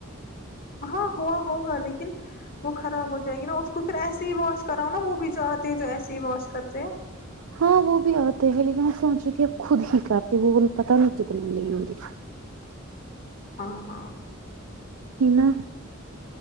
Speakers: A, on the left; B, on the right.
A: ہاں ہوا ہوگا لیکن وہ خراب ہو جائے گی نا اس کو پھر ایسے ہی واش کراؤ نا وہ بھی جو آتے ہے جو ایسے ہی واش کرتے ہیں
B: ہاں وہ بھی آتے ہیں لیکن وہ سوچ رہی تھی ا خود ہی کہتی وہ بول پت نہیں کتل میں لوں گی
A: ہاں ہاں <inaudible>
B: نا